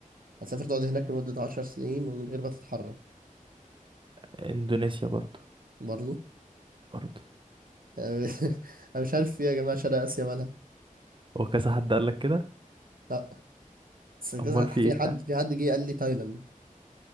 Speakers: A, on the right; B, on the right.
A: هتسافر تقعد هناك لمدة 10 سنين ومن غير ما تتحرك
B: اندونيسيا برضو
A: برضه
B: برضو
A: <laughs> انا مش عارف ايه يا جماعة شرق اسيا مالها
B: هو كذا حد قال لك كده
A: لا بس كذا
B: امال في
A: في
B: ايه
A: حد
B: يعني
A: في حد جه قال لي تايلاند